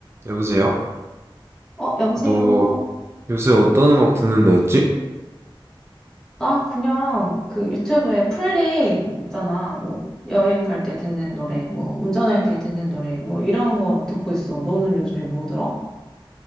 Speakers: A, on the right; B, in the centre.
A: 여보세요?
B: 어, 여보세요.
A: 너 요새 어떤 음악 듣는다 했지?
B: 나 그냥 그 유튜브에 플리 있잖아. 뭐 여행 갈 때 듣는 노래, 뭐 운전할 때 듣는 노래, 뭐 이런 거 듣고 있어. 너는 요즘에 뭐 들어?